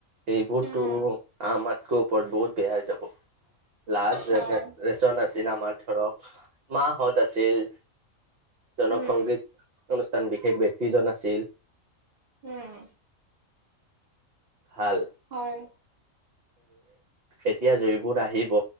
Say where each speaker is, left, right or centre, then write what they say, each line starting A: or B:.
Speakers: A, on the right; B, on the right.
A: এইবোৰতো
B: উম
A: আমাতকৈ ওপৰত বহুত বেয়া হৈ যাব। লাষ্ট জেনেচন
B: হয়
A: আছিল আমাৰ ধৰক মাহত আ আছিল জনক
B: উম
A: সংগীত অনুষ্ঠান বিশেষ ব্য্য়ক্তিজন আছিল।
B: উম
A: ভাল
B: হয়।
A: এতিয়া যিবোৰ আহিব